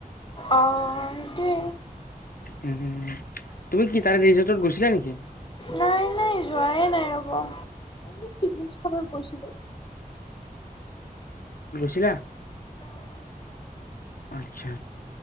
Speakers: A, on the left; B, on the left.
A: অ', সেইটোৱে
B: উম, উম। তুমি কি তাৰে ৰিজৰ্টত গৈছিলা নেকি?
A: নাই, নাই যোৱাই নাই ৰব এটলিস্ট পিকনিক। গৈছিলো।
B: জিলা।
A: অ',
B: আত্ছা